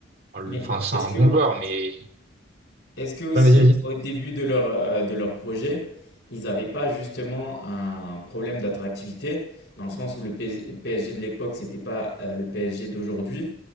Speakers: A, on the right (about 50°); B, on the left (about 70°).
A: euh,
B: Mais
A: enfin c'est
B: est-ce
A: un
B: que,
A: bon joueur, mais
B: est-ce que aussi,
A: Ah, vas-y, vas-y.
B: au début de leur, euh, de leur projet, ils n'avaient pas justement un problème d'attractivité, dans le sens où le PS- PSG de l'époque, c'était pas euh, le PSG d'aujourd'hui,